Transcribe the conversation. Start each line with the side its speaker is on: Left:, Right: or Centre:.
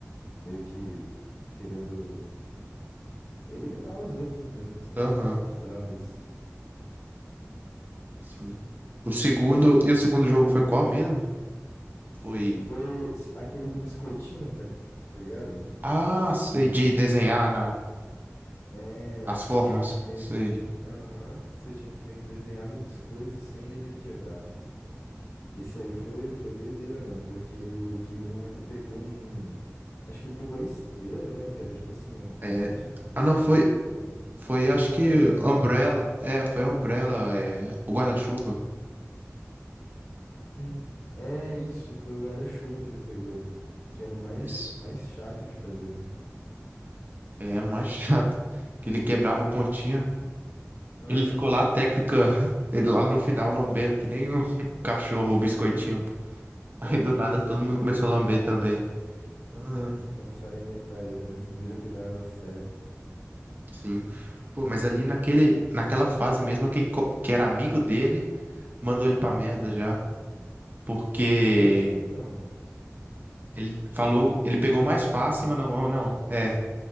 Left: meio que querendo eliminar os outros mesmo, sabe?
Right: Aham.
Left: Bizarro isso.
Right: Sim. O segundo, e o segundo jogo foi qual mesmo? Foi,
Left: Foi s- aquele do biscoitinho, tá ligado?
Right: ah, sei,
Left: Que
Right: de desenhar na,
Left: é
Right: as
Left: que
Right: formas,
Left: você tinha que meio
Right: sei.
Left: que. Aham, que você tinha que meio que desenhar no biscoito sem ele quebrar. Esse aí foi, foi doideira, mano, porque o Gui um, ele pegou um. Acho que ele pegou a estrela, né? Que era tipo assim, o o
Right: É,
Left: mais difícil
Right: ah, não, foi,
Left: pra fazer, né?
Right: foi,
Left: Ou
Right: acho
Left: foi
Right: que
Left: o velhinho?
Right: Umbrella, é, foi Umbrella, é, o guarda-chuva.
Left: Hum, é isso, foi o guarda-chuva que ele pegou, que era o mais,
Right: Isso.
Left: mais chato de fazer, né?
Right: É, o mais <laughs> chato, que ele quebrava a pontinha.
Left: Aham,
Right: Ele ficou lá,
Left: é.
Right: a técnica, <laughs> ele lá no final lambendo que nem o <laughs> cachorro,
Left: Sim,
Right: o biscoitinho.
Left: aham,
Right: Aí do nada
Left: a técnica
Right: todo mundo começou
Left: milenária.
Right: a lamber também. Ah,
Left: Sim, começaram a imitar ele, né? Viram que dava certo.
Right: sim. Pô,
Left: Pô.
Right: mas ali naquele, naquela fase mesmo, que, que era amigo dele mandou ele pra merda
Left: Hum.
Right: já, porque
Left: É, então,
Right: ele falou,
Left: meio que
Right: ele
Left: quis
Right: pegou
Left: sobressair,
Right: o mais fácil, mas não,
Left: né?
Right: não, não, é,